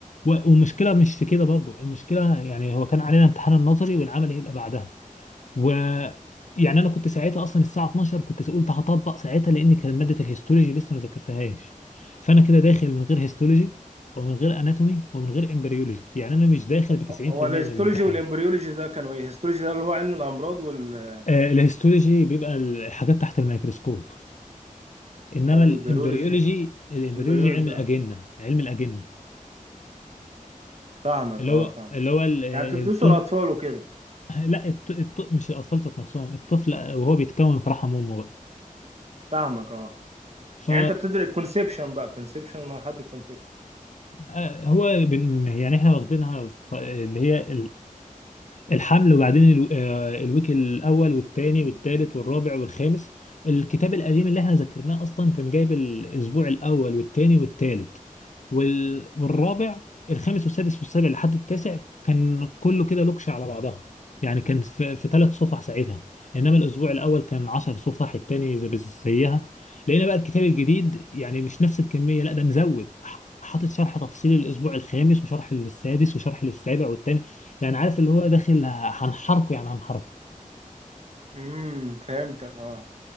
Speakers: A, on the left (about 60°); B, on the right (about 50°).
A: و- والمشكله مش في كده برضو المشكله يعني هو كان علينا امتحان النظري والعمل هيبقى بعدها و يعني انا كنت ساعتها اصلا الساعه 12 كنت قلت هطبق ساعتها لان كان ماده الهيستولوجي لسه ما ذاكرتهاش فانا كده داخل من غير هيستولوجي ومن غير اناتومي ومن غير امبريولوجي يعني انا مش داخل
B: هو
A: ب 90%
B: هو الهيستولوجي
A: من الامتحان
B: والامبريولوجي ده كانوا ايه الهيستولوجي ده اللي هو علم الامراض وال
A: آه الهيستولوجي بيبقى الحاجات تحت الميكروسكوب انما
B: طب
A: الامبريولوجي
B: والبيولوجي
A: الامبريولوجي
B: امبريولوجي
A: علم الاجنه
B: اه
A: علم الاجنه
B: فاهمك
A: اللي
B: اه
A: هو
B: فاهمك
A: اللي هو ال-
B: يعني بتدرسوا
A: الطفل
B: الاطفال وكده
A: لا الط... الط... مش الاطفال ذات نفسهم الطفل وهو بيتكون في رحم امه بقى
B: فاهمك اه
A: ف
B: يعني انت بتدرس الكونسبشن بقى كونسبشن مرحله الكونسبشن
A: آه، هو بن- يعني احنا واخدينها ف- اللي هي الحمل وبعدين الو... آه، الويك الاول والثاني والثالث والرابع والخامس الكتاب القديم اللي احنا ذكرناه اصلا كان جايب الاسبوع الاول والثاني والثالث وال... والرابع الخامس والسادس والسابع لحد التاسع كان كله كده لوكش على بعضها يعني كان في, في ثلاث صفح ساعتها انما الاسبوع الاول كان 10 صفح الثاني زي زيها لقينا بقى الكتاب الجديد يعني مش نفس الكميه لا ده مزود ح- حاطط شرح تفصيلي للاسبوع الخامس وشرح للسادس وشرح للسابع والثامن يعني عارف اللي هو داخل هنحرقه يعني هنحرقه
B: امم فهمتك اه